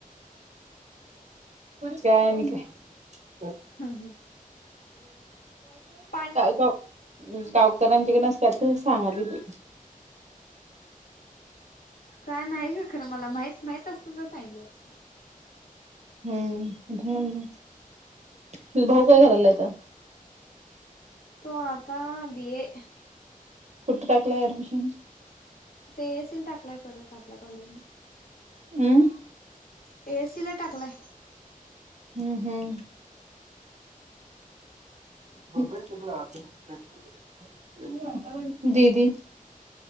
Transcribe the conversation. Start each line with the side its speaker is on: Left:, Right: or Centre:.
Right: काय आणि काय?
Left: हं हं. पाणी
Right: <unintelligible> डॉक्टरांच्याकडनं काय तरी असं सांगालती.
Left: काय नाही का खरं मला माहित माहित असत तर सांगितल असतं
Right: हम्म हम् तुझा भाऊ काय करायलाय आता
Left: तो आता बीए
Right: कुठं टाकलाय ऍडमिशन?
Left: ते सील <unintelligible> टाकलाय परत आपल्या कॉलेजमध्ये
Right: हम्
Left: एएससीला टाकलाय
Right: हम्म हम्म <unintelligible> दीदी